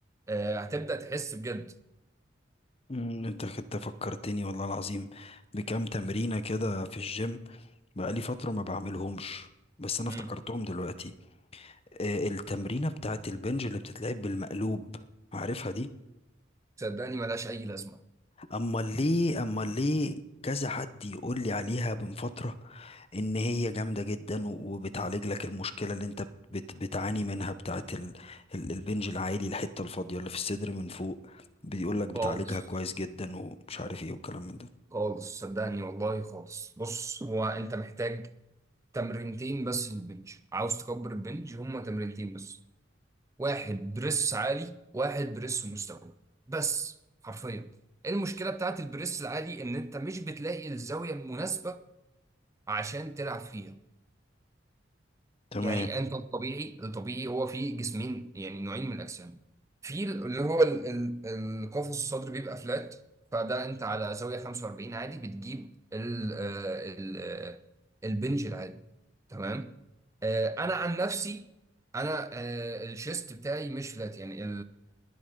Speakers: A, on the right; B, on the left.
A: آه، هتبدا تحس بجد
B: مم. انت كنت فكرتني والله العظيم بكام تمرينة كده في الجيم بقالي فترة ما بعملهمش بس انا
A: مم.
B: افتكرتهم دلوقتي آه، التمرينة بتاعت البنج اللي بتتلعب بالمقلوب عارفها دي
A: صدقني ملهاش أي لازمة
B: امال ليه امال ليه كذا حد يقول لي عليها من فترة ان هي جامدة جدا و- وبتعالج لك المشكلة اللي انت بت بتعاني منها بتاعت ال ال البنج العالي الحتة الفاضية اللي في الصدر من فوق بيقول لك بتعالجها
A: خالص
B: كويس جدا ومش عارف ايه والكلام من ده
A: خالص صدقني والله خالص بص هو أنت محتاج تمرينتين بس للبنج عاوز تكبر البنج هما تمرينتين بس واحد بريس عالي واحد بريس مستوي بس حرفيا المشكلة بتاعت البريس العالي إن أنت مش بتلاقي الزاوية المناسبة عشان تلعب فيها
B: تمام
A: يعني انت الطبيعي الطبيعي هو فيه جسمين يعني نوعين من الاجسام في اللي هو ال- ال- القفص الصدري بيبقى فلات فده انت على زاويه 45 عادي بتجيب ال ال آه، البنج العادي تمام آه، انا عن نفسي انا آه، الشيست بتاعي مش فلات يعني